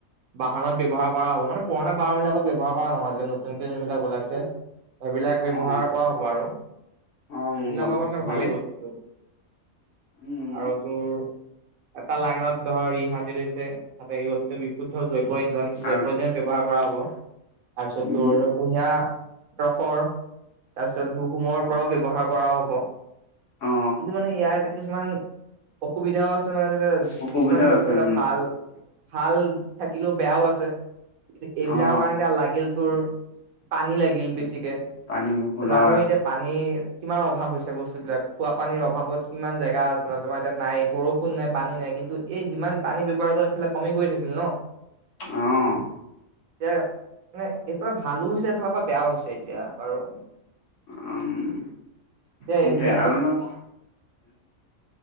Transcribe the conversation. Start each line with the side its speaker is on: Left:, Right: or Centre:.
Right: বাহনত ব্যৱহাৰ কৰা হ'ব মানে পুৰণা বাহন বিাকত ব্যৱহাৰ কৰা নহয় যে নতুনকে যোনবিলাক ওলাইছে? সেইবিলাক ব্যৱহাৰ
Left: অ
Right: কৰা হ'ব আৰু।
Left: অ
Right: লগ
Left: গম
Right: কাবে
Left: পাইছো বাৰু
Right: ভালেই বস্তুটোটো?
Left: উম
Right: আৰু তোৰ এটা লাইনত ধৰ ই হান্দি লৈছে হাতে। জৈৱ্য ইন্ধন জৈৱ
Left: আৰু
Right: ইন্ধন ব্যৱহাৰ কৰা হ'ব। তাৰপিছত
Left: উম
Right: তোৰ কুহা। ৰসৰ তাৰপিছত হহুমৰ পৰাও ব্যৱহাৰ কৰাও হ'ব।
Left: অ
Right: কিন্তু মানে ইয়াত কিছুমান। অসুবিধাও আছে মানে যে
Left: অসুবিধাও
Right: কিছুমান বস্তু
Left: আছে
Right: এটা
Left: উম
Right: ভাল ভাল। থাকিলেও বেয়াও আছে কিন্তু এইবিলাকৰ
Left: অ
Right: কাৰণে এতিয়া লাগেল তোৰ পানী লাগিল বেছি। গতিকে
Left: পানী বহুত
Right: জানো
Left: হয়
Right: এতিয়া পানী। কিমান অভাৱ হৈছে বস্তু বিলাক খোৱাাপানীৰ অভাৱত কিমান জেগা। তোমাৰ এতিয়া নাই বৰষুণ নাই পানী নাই কিন্তু এই যিমান পানী ব্যৱহাৰ কৰম ইফালে কমি গৈ থাকিল ন।
Left: আহ
Right: এতিয়া মানে সটো ভালো হৈছে এফালৰ পৰা বেয়াও হৈছে এতিয়া বাৰু।
Left: উম
Right: এতিয়া
Left: সেইটোৱে
Right: এইবিলাকত
Left: আৰু ধ।
Right: <unintelligible>